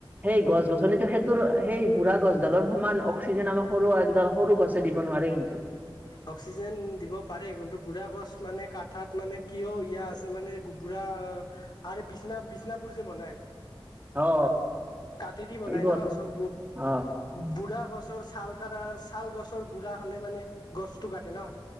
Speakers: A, on the right; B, on the left.
A: সেই গছ গছনিতো সেইটোৰ সেই বুঢ়া গছডালৰ সমান অক্সিজেন আমাৰ সৰু একডাল সৰু গছে দিব নোৱাৰ। কিন্তু
B: অক্সিজেন দিব পাৰে কিন্তু বুঢ়া গছ মানে কাঠাত মানে কিয় ইয়া আছে মানে বুঢ়া আ বিছনা বিচনাবোৰ যে বনাই।
A: অ
B: কাতেদি বনাই
A: এইবোৰ
B: ন চব
A: অ
B: বুঢ়া গছৰ ছাল গছ ছাল গছৰ বুঢ়া হলে মানে গছতটো কাটে ন।